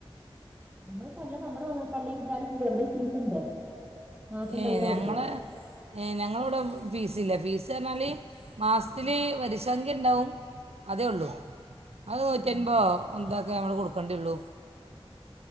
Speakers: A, on the right; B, on the right.
A: നമ്മള്ല്ല നമ്മടെ <unintelligible> പള്ളി വിട്ടാലും ശരി എവിടെയും ഫീസ് ഉണ്ട് മാസം
B: ഏ്
A: പൈസ കൊടുക്കണം
B: ഞങ്ങ ഏ ഞങ്ങളിവിടെ ഫീസ് ഇല്ല ഫീസ് റഞ്ഞാല്. മാസത്തില്
A: ഉം
B: വരിസംഖ്യ ഉണ്ടാവും അതേ ഉള്ളൂ അത് നൂറ്റിൻപോ''
A: ഉം ആഹ്
B: എന്തൊക്കെ നമ്മൾ കൊടുക്കേണ്ടേ ഉള്ളൂ.